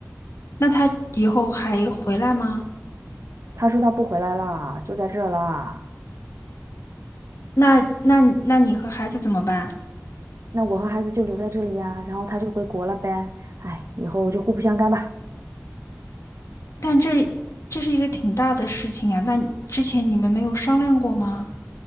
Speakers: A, on the left; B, on the right.
A: 那他以后还回来吗？
B: 他说他不回来了，就在这儿了。
A: 那那你那你和孩子怎么办？
B: 那我和孩子就留在这里呀，然后他就回国了呗。哎，以后就互不相干吧。
A: 但这这是一个挺大的事情呀，那之前你们没有商量过吗？